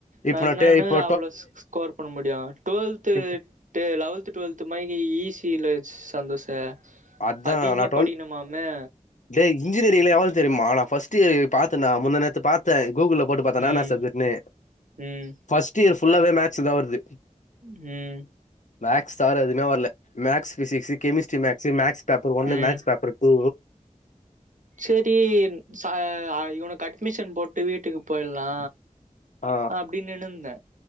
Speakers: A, on the left (about 65°); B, on the right (about 75°).
A: இப்போ
B: நா
A: நான்
B: என்னன்னு
A: டெ இப்போ
B: அவ்ளோ ஸ் ஸ்கோர் பண்ண முடியு டுவெல்த்து
A: இப்
B: டு லவல்த்து டுவல்த்து மாரி ஈசி இல்ல சந்தோசு
A: அதான்
B: அதிமா
A: நான்
B: படிக்கணுமாமே
A: டேய் இன்ஜினியரிங்ல எவ்ளோ தெரிமா நா ஃபஸ்ட்டு பாத்தன்டா முந்தா நேத் து பாத்தே கூகுள்ல போட்டு பாத்தே என்னானா
B: ம்
A: சப்ஜெக்ட் னு
B: ம்
A: ஃபஸ்ட்டு இயர் ஃபுல்லாவே மேக்ஸ் தா வருது
B: ம்
A: மேக்ஸ் தவர எதுமே வல்ல maths physics chemistry maths maths paper ஒன்னு
B: ம்
A: மேக்ஸ் பேப்பர் டூ
B: சரி ச ஆ இவனுக்கு அட்மிஷன் போட்டு வீட்டுக்கு போயில்லா
A: ஆ
B: அப்டே நின்னுர்ந்தே